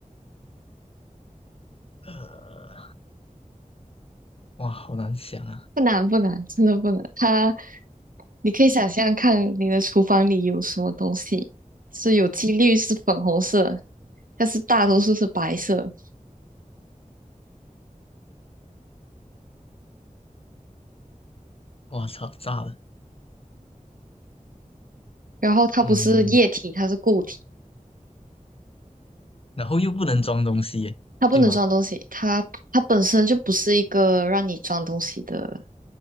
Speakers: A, on the left (about 45°); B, on the right (about 75°).
A: 呃，哇，好难想啊，
B: 不难不难，真的不难。它你可以想象看你的厨房里有什么东西，是有几率是粉红色，但是大多数是白色。
A: 哇操，炸了，
B: 然后它不是液体，
A: 嗯，
B: 它是固体，
A: 然后又不能装东西耶，
B: 它不能装东西，
A: 对吗？
B: 它它本身就不是一个让你装东西的